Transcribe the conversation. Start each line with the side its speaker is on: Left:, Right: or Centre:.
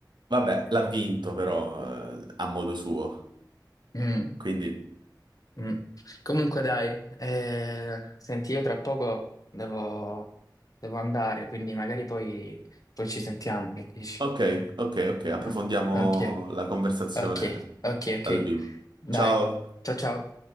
Right: Vabbè, l'ha vinto però eh, a modo suo.
Left: eh. Mm.
Right: Quindi,
Left: Mm. Comunque dai, eh, senti, io tra poco devo, devo andare, quindi magari poi, poi ci sentiamo, che dici?
Right: ok, ok, ok, approfondiamo
Left: Ah, Ok,
Right: la conversazione
Left: ok, ok, ok.
Right: dal vivo.
Left: Dai,
Right: Ciao.
Left: ciao ciao.